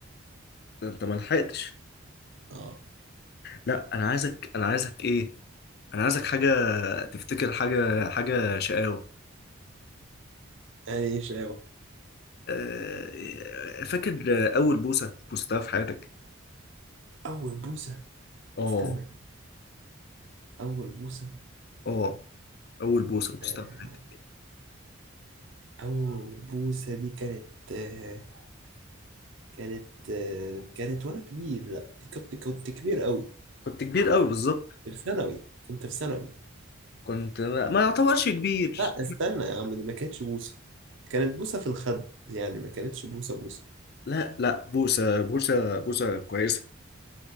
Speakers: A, on the left; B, on the right.
A: ده أنت ما لحقتش
B: اه
A: لا أنا عايزك أنا عايزك إيه أنا عايزك حاجة تفتكر حاجة حاجة شقاوة
B: يعني ايه شباب
A: آه، فاكر أول بوسة بوستها في حياتك
B: اول بوسة
A: اه
B: استنى كده. اول بوسة
A: اه أول بوسة بوستها
B: آه
A: في حياتك
B: اول بوسة دي كانت آه كانت آه كانت وانا كبير لا دي كنت كنت كبير قوي
A: كنت كبير قوي بالظبط
B: في ثانوي كنت في ثانوي
A: كنت ما ما يعتبرش كبير
B: لا استنى يا عم دي ما كانتش بوسة كانت بوسة في الخد يعني ما كانتش بوسة بوسة
A: لا لا بوسة بوسة بوسة كويسة